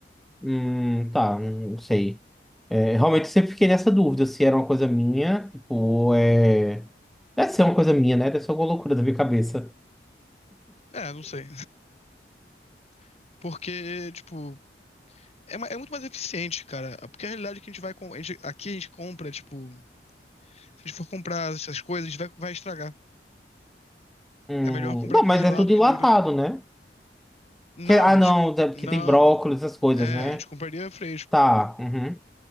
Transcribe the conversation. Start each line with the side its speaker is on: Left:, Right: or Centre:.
Centre: Hum, tá, não sei. É, realmente eu sempre fiquei nessa dúvida se era uma coisa minha, tipo, ou é. Deve ser uma coisa minha, né? Deve ser alguma loucura da minha cabeça.
Left: É, não sei. <laughs> Porque, tipo, é, ma- é muito mais eficiente, cara. Porque a realidade é que a gente vai. com- A gente, aqui a gente compra, tipo. Se a gente for comprar essas coisas, a gente vai, vai estragar.
Centre: Hum,
Left: É melhor comprar
Centre: não,
Left: congelado
Centre: mas é tudo
Left: que
Centre: enlatado,
Left: dura.
Centre: né?
Left: Não,
Centre: Que- ah,
Left: a
Centre: não,
Left: gente.
Centre: é porque
Left: Não.
Centre: tem brócolis, essas coisas,
Left: É,
Centre: né?
Left: a gente compraria fresco.
Centre: Tá, uhum,